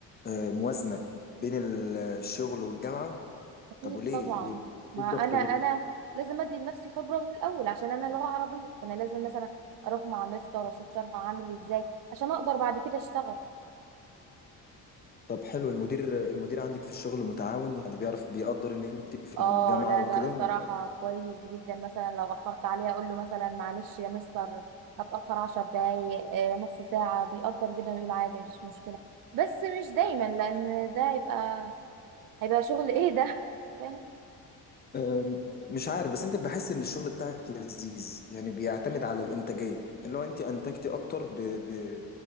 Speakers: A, on the left; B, on the right.
A: آه، موازنة بين ال- الشغل والجامعة
B: أكيد
A: طب وليه
B: طبعا
A: ليه ليه
B: ما
A: الضغطة
B: أنا أنا
A: دي
B: لازم أدي لنفسي خبرة من الأول عشان أنا لغة عربية فأنا لازم مثلا أروح مع مستر أشوف شرح عامل إزاي عشان أقدر بعد كده أشتغل
A: طب حلو المدير المدير عندك في الشغل متعاون يعني بيعرف بيقدر ان انت في
B: اه
A: الجامعة
B: لا
A: وكده
B: لا الصراحة
A: ولا
B: كويس جدا مثلا لو أخرت عليه أقول له مثلا معلش يا مستر هتأخر عشر دقايق آه، نص ساعة بيقدر جدا يقول عادي مفيش مشكلة بس مش دايما لأن ده هيبقى هيبقى شغل ايه ده <laughs> فاهم
A: أم، مش عارف بس انت بحس ان الشغل بتاعك لذيذ يعني بيعتمد على الانتاجية اللي هو انت انتجتي اكتر ب... ب...